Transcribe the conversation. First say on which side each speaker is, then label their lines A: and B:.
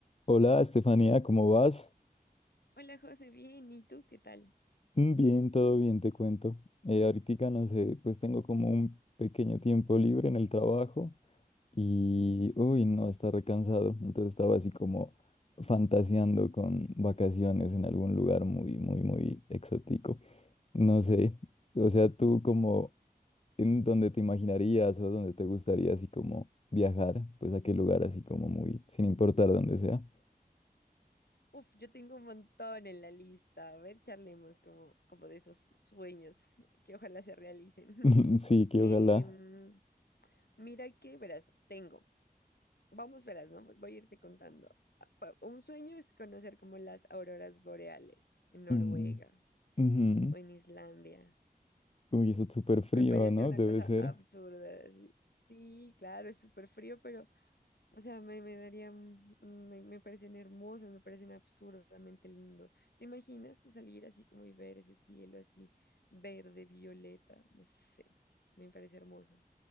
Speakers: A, on the left; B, on the left.
A: Hola, Estefanía, ¿cómo vas?
B: Hola José, bien, ¿y tú qué tal?
A: Mm, Bien, todo bien, te cuento. Eh, ahorita, no sé, pues tengo como un pequeño tiempo libre en el trabajo y, uy, no, está recansado. Entonces estaba así como fantaseando con vacaciones en algún lugar muy, muy, muy exótico. No sé, o sea, tú como en donde te imaginarías o donde te gustaría así como viajar, pues a qué lugar así como muy, sin importar dónde sea.
B: Uf, yo tengo un montón en la lista. A ver, charlemos como, como de esos sueños que ojalá se realicen.
A: <laughs>
B: <laughs>
A: Sí, que
B: Em,
A: ojalá.
B: mira que, verás, tengo. Vamos, verás, ¿no? Voy a irte contando. Ah, pa- Un sueño es conocer como las auroras boreales en Noruega
A: Mm, ujú.
B: o en Islandia.
A: Uy, eso es súper frío,
B: Me parece
A: ¿no?
B: una
A: Debe
B: cosa
A: ser.
B: absurda. así. Sí, claro, es súper frío, pero O sea, me, me daría, mm, me, me parecen hermosas, me parecen absurdamente lindos. ¿Te imaginas tú salir así como y ver ese cielo así verde, violeta? No sé, me parece hermoso.